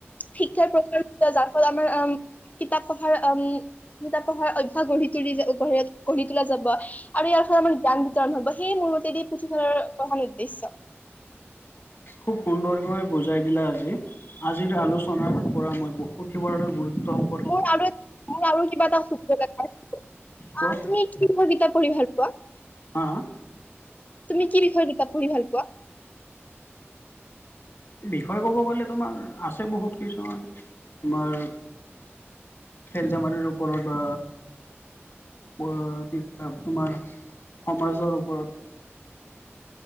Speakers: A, on the left; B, on the left.
A: শিক্ষাৰ প্ৰচ যাৰ ফলত আমাৰ উম <unintelligible> কিতাপ পঢ়াৰ উম কিতাপ পঢ়াৰ অভ্যাস গঢ়ি তুলি যা উম গঢ় গঢ়ি তোলা যাব। আৰু ইয়াৰ ফলত আমাৰ জ্ঞান বিতৰণ হ'ব সেই মোৰ মতেদি পুথিভঁৰালৰ প্ৰধান উদ্দেশ্য।
B: খুব সুন্দৰকৈ বুজাই দিলা আজি। আজিৰ আলোচনাৰ পৰা মই পুথিভঁৰালৰ গুৰুত্বসমূহ।
A: মোৰ আৰু মোৰ আৰু কিবা এটা সুধিব লগা আছিল।
B: কোৱা
A: আহ, তুমি কি কবিতা পঢ়ি ভাল পোৱা?
B: হা হা
A: তুমি কি বিষয়ে কিতাপ পঢ়ি ভাল পোৱা?
B: বিষয়ে ক'ব গ'লে তোমাৰ আছে বহুত কিছুমান তোমাৰ খেল ধেমালিৰ ওপৰত বা বা কি কয় তোমাৰ সমাজৰ ওপৰত।